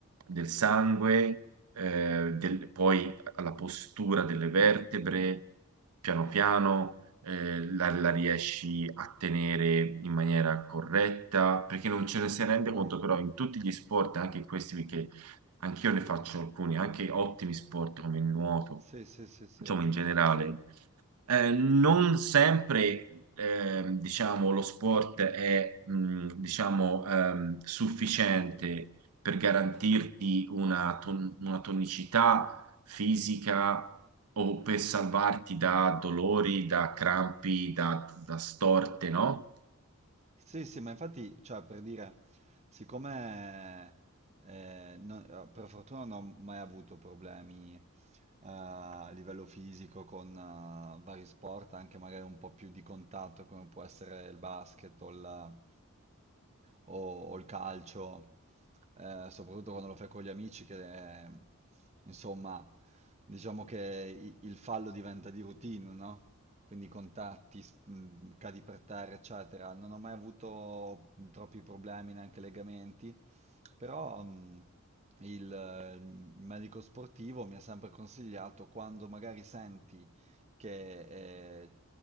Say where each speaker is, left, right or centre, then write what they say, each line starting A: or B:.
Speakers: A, on the right; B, on the right.
A: del sangue, eh, del- poi alla postura delle vertebre, piano piano, eh, la, la riesci a tenere in maniera corretta, perché non ce ne si rende
B: Ma
A: conto, però in tutti gli sport, anche in questi che anch'io ne faccio alcuni, anche ottimi sport come il nuoto,
B: sì, sì, sì, sì.
A: insomma in generale, eh, non sempre, ehm, diciamo, lo sport è, mh, diciamo, ehm, sufficiente per garantirti una, ton- una tonicità fisica o per salvarti da dolori, da crampi, da, da storte, no?
B: Sì, sì, ma infatti, cioè, per dire, siccome eh, non- per fortuna non ho mai avuto problemi eh, a livello fisico con eh, vari sport, anche magari un po' più di contatto, come può essere il basket o il, o, o il calcio, eh, soprattutto quando lo fai con gli amici, che eh, insomma, diciamo che i- il fallo diventa di routine, no? Quindi contatti, s- mh, cadi per terra, eccetera. Non ho mai avuto mh, troppi problemi, neanche legamenti, però mh, il, eh, il medico sportivo mi ha sempre consigliato quando magari senti che eh,